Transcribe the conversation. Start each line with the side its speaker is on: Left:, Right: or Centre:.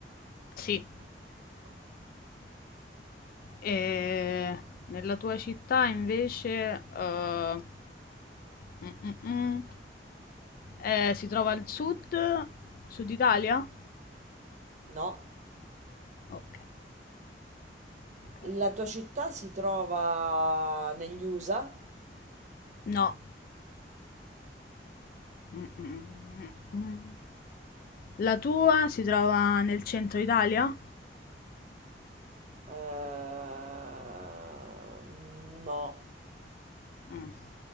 Left: Sì.
Right: Ok.
Left: E nella tua città invece eh, mm, mm, mm, eh, si trova al sud, sud Italia?
Right: No.
Left: Ok, ok.
Right: La tua città si trova negli USA?
Left: No. Mm, mm, mm, mm. mm. La tua si trova nel centro Italia?
Right: Ehm, no.
Left: Mm.